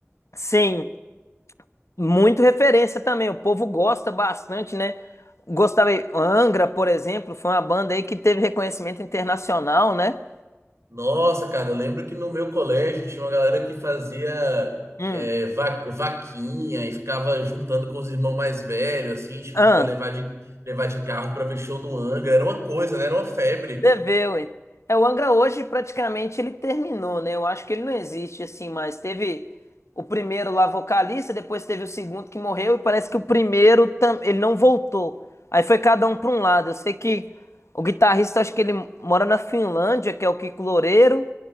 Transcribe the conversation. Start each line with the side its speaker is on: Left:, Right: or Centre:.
Left: Sim. Muito referência também, o povo gosta bastante, né? Gostava aí, Angra, por exemplo, foi uma banda aí que teve reconhecimento internacional, né?
Right: Nossa, cara, eu lembro que no meu colégio tinha uma galera que fazia
Left: Hum.
Right: é, va- vaquinha e ficava juntando com os irmãos mais velhos, assim, tipo,
Left: Ah,
Right: pra levar de, levar de carro pra ver show do Anga. Era uma coisa, né? Era uma febre.
Left: Deveu, hein? É, o Angra hoje praticamente ele terminou, né? Eu acho que ele não existe assim mais. Teve o primeiro lá vocalista, depois teve o segundo que morreu e parece que o primeiro tam- ele não voltou. Aí foi cada um para um lado. Eu sei que o guitarrista acho que ele mora na Finlândia, que é o Kiko Loureiro.